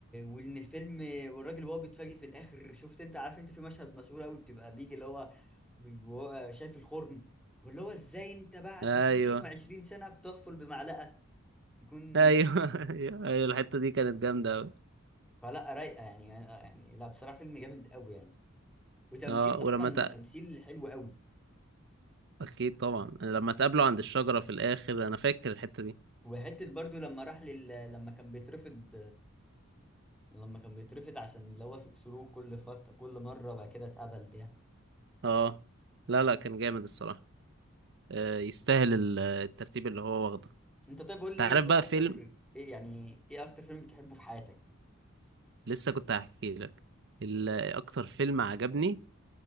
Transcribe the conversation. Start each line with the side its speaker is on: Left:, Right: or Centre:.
Centre: وان الفيلم والراجل وهو بيتفاجئ في الاخر شفت انت عارف انت في مشهد مشهور قوي بتبقى بيجي اللي هو ب- وهو شايف الخرم واللي هو ازاي انت بعد
Right: ايوه
Centre: 22 سنه بتحفل بمعلقه يكون
Right: ايوه <laughs> ايوه ايوه الحتة دي كانت جامدة قوي
Centre: فلا رايقه يعني يعني لا بصراحه فيلم جامد قوي يعني وتمثيل
Right: اه ولما
Centre: اصلا
Right: ت...
Centre: تمثيل حلو قوي
Right: اكيد طبعا لما اتقابلوا عند الشجرة في الاخر انا فاكر الحتة دي
Centre: وحته برضو لما راح لل... لما كان بيترفض لما كان بيترفض عشان اللي هو سلوك كل فتره كل مره بعد كده اتقبل ده
Right: اه لا لا كان جامد الصراحة آه يستاهل ال- الترتيب اللي هو واخده
Centre: انت طيب قول
Right: انت
Centre: لي
Right: عارف
Centre: ايه
Right: بقى
Centre: اكتر
Right: فيلم
Centre: ايه يعني ايه اكتر فيلم بتحبه في حياتك
Right: لسه كنت هحكي لك ال- اكتر فيلم عجبني